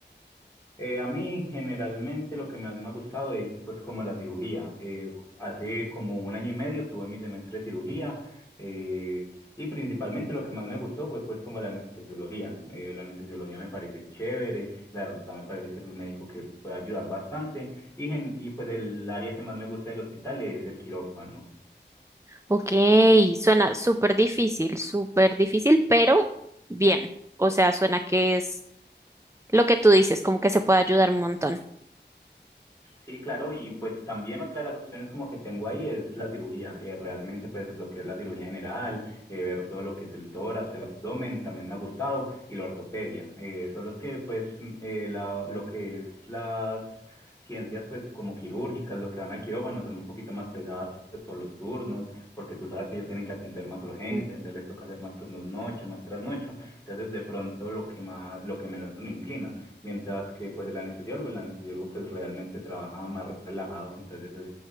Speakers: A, on the left; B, on the right.
A: Eh, a mí generalmente lo que más me ha gustado es pues como la cirugía. Eh, hace como un año y medio tuve mi semestre de cirugía eh, y principalmente lo que más me gustó fue pues como la anestesiología. Eh, la anestesiología me pareció chévere, la verdad me parece que es un médico que puede ayudar bastante y, gen- y pues el área que más me gusta del hospital es el quirófano.
B: Ok, suena súper difícil, súper difícil, pero bien. O sea, suena que es lo que tú dices, como que se puede ayudar un montón.
A: Sí, claro, y pues también otra de las opciones como que tengo ahí es la cirugía, eh, realmente pues lo que es la cirugía general, eh, ver todo lo que es el tórax, el abdomen, también me ha gustado, y la ortopedia, eh, son los que pues m- eh, la, lo que es las ciencias pues como quirúrgicas, lo que van al quirófano son un poquito más pesadas pues por los turnos, porque tú sabes que ellos tienen que atender más urgencia,
B: Mm,
A: entonces les toca hacer más turnos noche, más trasnocho, entonces de pronto lo que más, lo que menos me inclina. Mientras que pues el anestesiólogo, el anestesiólogo pues realmente trabaja más relajado, entonces es